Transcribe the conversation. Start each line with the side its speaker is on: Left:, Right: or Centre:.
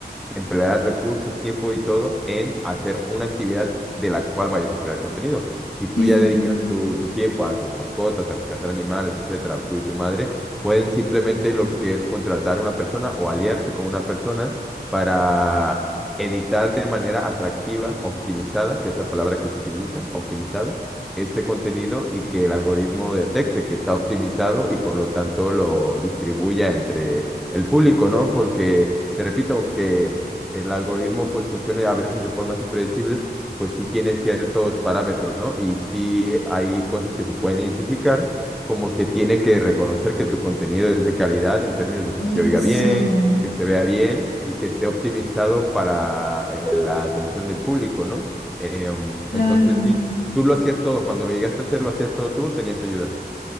Centre: emplear recursos, tiempo y todo en hacer una actividad de la cual vayas a crear contenido. Si tú
Left: sí,
Centre: ya dedicas
Left: sí.
Centre: tu, tu tiempo a tus mascotas, a rescatar animales, etcétera, tú y tu madre, pueden simplemente lo que es contratar a una persona o aliarse con una persona para editar de manera atractiva, optimizada, que es la palabra que se utiliza, optimizada, este contenido y que el algoritmo detecte que está optimizado y por lo tanto lo distribuya entre el público, ¿no? Porque, te repito, aunque el algoritmo pues funcione a veces de formas impredecibles, pues sí tiene ciertos parámetros, ¿no? Y sí hay cosas que se pueden identificar, como que tiene que reconocer que tu contenido es de calidad en términos de que
Left: Eso,
Centre: se oiga bien, que se vea bien y que esté optimizado para eh, la atención del público, ¿no? Eh, um,
Left: claro.
Centre: entonces sí, tú lo hacías todo, cuando lo llegaste a hacer, lo hacías todo tú, tenías ayuda.